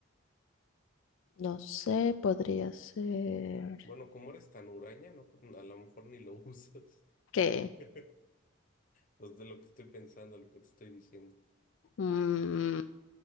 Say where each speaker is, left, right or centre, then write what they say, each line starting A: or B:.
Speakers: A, on the left; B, on the left.
A: No sé, podría ser
B: Bueno, como eres tan huraña, no, a lo mejor ni lo usas.
A: que,
B: <laughs> Pues de lo que estoy pensando, lo que te estoy diciendo.
A: mm,